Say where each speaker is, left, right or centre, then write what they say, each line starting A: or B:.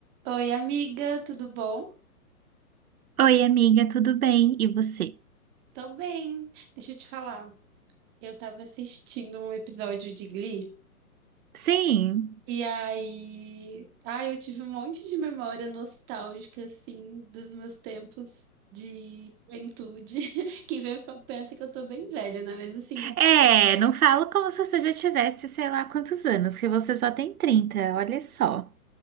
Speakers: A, on the right (about 25°); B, on the right (about 65°).
A: Oi, amiga, tudo bom?
B: Oi, amiga, tudo bem? E você?
A: Tô bem. Deixa eu te falar. Eu tava assistindo um episódio de Glee
B: Sim,
A: e aí, ai, eu tive um monte de memória nostálgica assim dos meus tempos de juventude. <laughs> Quem vê fa- pensa que eu tô bem velha, né? Mas assim,
B: É, não falo como se você já tivesse, sei lá quantos anos, que você só tem 30, olha só.